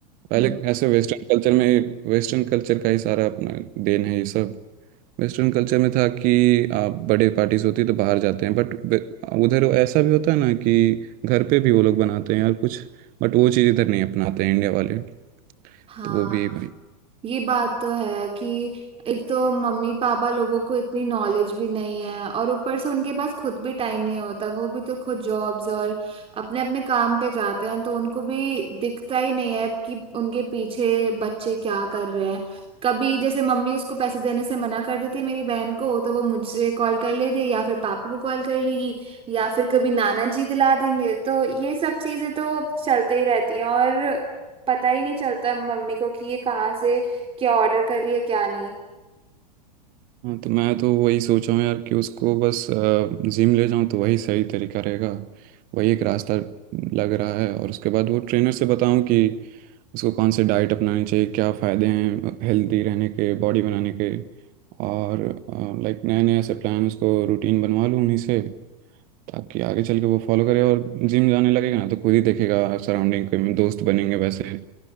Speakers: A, on the right (about 40°); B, on the right (about 25°).
A: पहले
B: हम्म
A: ऐसे वेस्टर्न कल्चर में वेस्टर्न कल्चर का ही सारा अपना देन है ये सब वेस्टर्न कल्चर में था कि आप बर्थडे पार्टीज होती है तो बाहर जाते हैं बट उधर ऐसा भी होता है ना कि घर पे भी वो लोग बनाते हैं और कुछ बट वो चीज़ इधर नहीं अपनाते हैं इंडिया वाले
B: हाँ
A: तो वो भी भाई
B: ये बात तो है कि एक तो मम्मी पापा लोगों को इतनी नॉलेज भी नहीं है और ऊपर से उनके पास खुद भी टाइम नहीं होता वो भी तो खुद जॉब्स और अपने अपने काम पे जाते हैं तो उनको भी दिखता ही नहीं है कि उनके पीछे बच्चे क्या कर रहे हैं कभी जैसे मम्मी उसको पैसे देने से मना कर देती है मेरी बहन को तो वो मुझसे कॉल कर लेती है या फिर पापा को कॉल कर लेगी या फिर कभी नाना जी दिला देंगे तो ये सब चीजें तो चलते ही रहती हैं और पता ही नहीं चलता मम्मी को कि ये कहाँ से क्या ऑर्डर कर रही है क्या नहीं
A: हाँ तो मैं तो वही सोचा हूँ यार कि उसको बस अ, जिम ले जाऊँ तो वही सही तरीका रहेगा वही एक रास्ता लग रहा है और उसके बाद वो ट्रेनर से बताऊँ कि उसको कौन से डाइट अपनानी चाहिए क्या फ़ायदे हैं हेल्दी रहने के बॉडी बनाने के और लाइक नए नए ऐसे प्लान उसको रूटीन बनवा लूँ उन्हीं से ताकि आगे चल के वो फॉलो करे और जिम जाने लगेगा ना तो खुद ही देखेगा सराउंडिंग के दोस्त बनेंगे वैसे